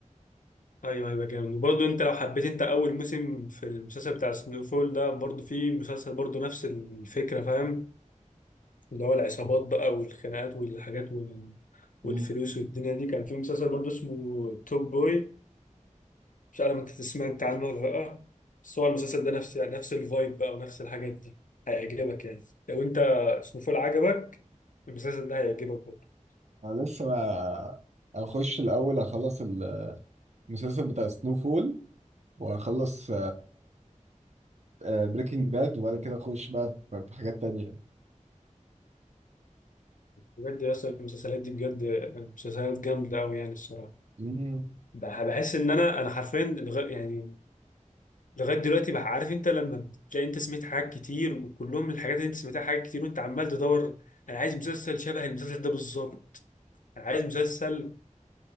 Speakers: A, on the left; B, on the right.
A: ايوه هيبقى جامد وبرضه انت لو حبيت انت اول موسم في المسلسل بتاع سنو فول ده برضه في مسلسل برضه نفس الفكره فاهم اللي هو العصابات بقى والخناقات والحاجات وال...
B: مم.
A: والفلوس والدنيا دي كان في مسلسل برضه اسمه توب بوي مش عارف انت سمعت عنه ولا لا بس هو المسلسل ده نفس نفس الفايب بقى ونفس الحاجات دي هيعجبك يعني لو انت سنو فول عجبك المسلسل ده هيعجبك برضه
B: انا لسه ما اخش الاول اخلص المسلسل بتاع سنو فول واخلص بريكنج باد وبعد كده اخش بقى في في حاجات تانية
A: بجد يا اسطى المسلسلات دي بجد مسلسلات جامده قوي يعني الصراحه
B: مم.
A: بح- بحس ان انا انا حرفيا لغا يعني لغايه دلوقتي بقى عارف انت لما بتلاقي انت سمعت حاجات كتير وكلهم الحاجات اللي انت سمعتها حاجات كتير وانت عمال تدور انا عايز مسلسل شبه المسلسل ده بالظبط انا عايز مسلسل